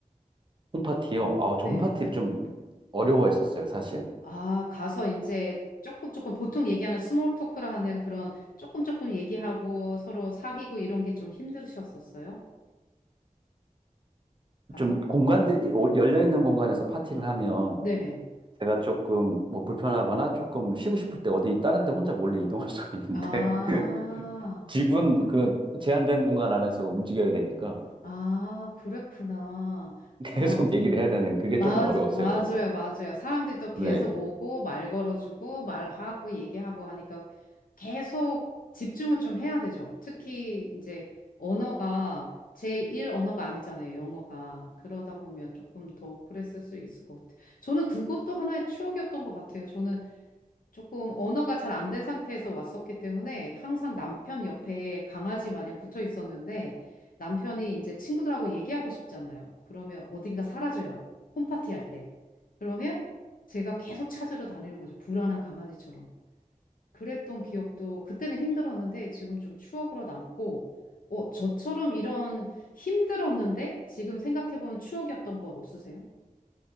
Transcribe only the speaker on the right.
홈파티요. 아, 저
홈파티를 좀 어려워했었어요, 사실.
좀 공간들이 열려 있는 공간에서 파티를 하면
제가 조금 뭐 불편하거나 조금 쉬고 싶을 때 어디 다른 데 혼자 몰래 이동할 수가 있는데
<laughs> 집은 그 제한된 공간 안에서 움직여야 되니까
<laughs> 계속
얘기를 해야 되는 그게
조금 어려웠어요,
저는.
네.